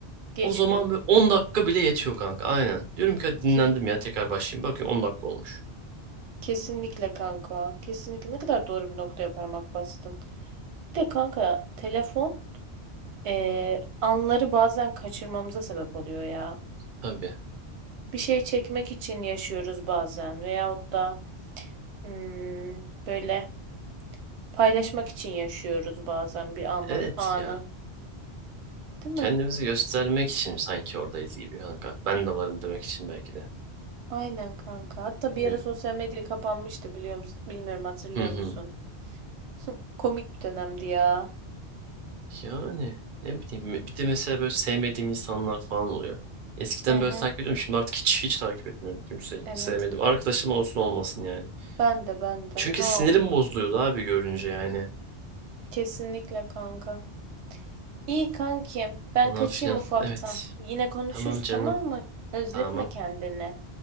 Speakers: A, on the right; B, on the right.
A: Geçmiyor.
B: O zaman böyle 10 dakika bile yetiyor kanka. Aynen. Diyorum ki hadi dinlendim
A: Ki
B: ya tekrar başlayayım. Bakıyorum 10 dakika olmuş.
A: kesinlikle kanka. Kesinlikle ne kadar doğru bir noktaya parmak bastın. Bir de kanka telefon eee, anları bazen kaçırmamıza sebep oluyor ya.
B: Tabii.
A: bir şey çekmek için yaşıyoruz bazen veyahut da hmm, böyle paylaşmak için yaşıyoruz bazen bir anı,
B: Evet
A: anı.
B: ya.
A: Değil mi?
B: Kendimizi göstermek için sanki oradayız gibi kanka. Ben de varım demek için belki de.
A: Aynen kanka. Hatta bir
B: Bilmiyorum.
A: ara sosyal medya kapanmıştı biliyor musun? Bilmiyorum hatırlıyor
B: Hı hı.
A: musun? <laughs> Hı, Komik bir dönemdi ya.
B: Yani ne bileyim bir de mesela böyle sevmediğim insanlar falan oluyor. Eskiden
A: Hı hı.
B: böyle takip ediyordum şimdi artık hiç hiç takip etmiyorum kimse
A: Evet.
B: sevmedim. Arkadaşım olsun olmasın yani.
A: Ben de ben de.
B: Çünkü
A: No.
B: sinirim bozuluyordu abi görünce yani.
A: Kesinlikle kanka. İyi kankim. Ben
B: Falan
A: kaçayım
B: filan
A: ufaktan.
B: evet.
A: Yine konuşuruz
B: Tamam canım
A: tamam mı? Özletme
B: tamam
A: kendini.